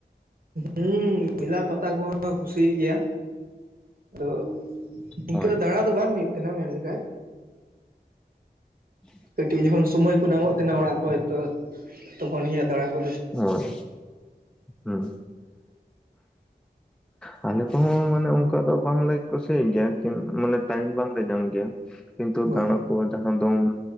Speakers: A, on the right; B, in the centre.
A: ᱦᱩᱸ ᱢᱮᱞᱟ ᱯᱟᱛᱟ ᱠᱚᱦᱚᱸ ᱠᱩᱥᱤᱭᱟᱜ ᱜᱮᱭᱟ, ᱟᱫᱚ ᱤᱱᱠᱟᱹ
B: ᱦᱳᱭ
A: ᱫᱟᱲᱟ ᱫᱚ ᱵᱟᱝ ᱦᱩᱭᱩᱜ ᱛᱟᱦᱮᱱᱠ ᱢᱮᱱᱞᱮᱠᱷᱟᱡ
B: ᱦᱮᱸ
A: ᱠᱟᱹᱴᱤᱡ ᱡᱚᱠᱷᱚᱱ ᱥᱳᱢᱚᱭ ᱠᱚ ᱧᱟᱢᱚᱜ ᱛᱟᱦᱮᱸᱱᱟ ᱚᱲᱟᱜ ᱠᱷᱚᱱ ᱛᱚ ᱛᱚᱠᱷᱚᱱ ᱫᱟᱬᱟ ᱠᱚ
B: ᱦᱳᱭ ᱦᱩᱸ ᱟᱞᱮ ᱠᱚᱦᱚᱸ ᱢᱟᱱᱮ ᱚᱱᱠᱟ ᱫᱚ ᱵᱟᱝᱞᱮ ᱠᱩᱥᱤᱭᱟᱜ ᱜᱮᱭᱟ ᱠᱤᱱ ᱢᱟᱱᱮ ᱴᱟᱭᱤᱢ ᱵᱟᱝᱞᱮ ᱧᱟᱢ ᱜᱮᱭᱟ, ᱠᱤᱱᱛᱩ
A: ᱦᱳᱭ
B: ᱛᱟᱲᱟᱢ ᱡᱟᱦᱟᱸ ᱫᱚᱝ